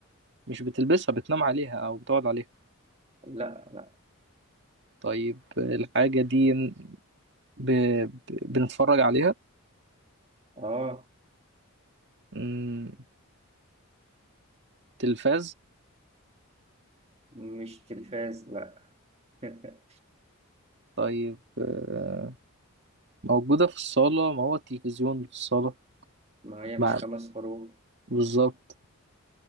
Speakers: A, on the right; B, on the right.
A: مش بتلبسها بتنام عليها أو بتقعد عليها
B: لا لا
A: طيب الحاجة دي ب... ب... بنتفرج عليها
B: اه
A: مم، تلفاز
B: مش تلفاز لا <laughs>
A: طيب آه، موجودة في الصالة ما هو التلفزيون في الصالة
B: ما هي
A: مع
B: مش خمس حروف
A: بالظبط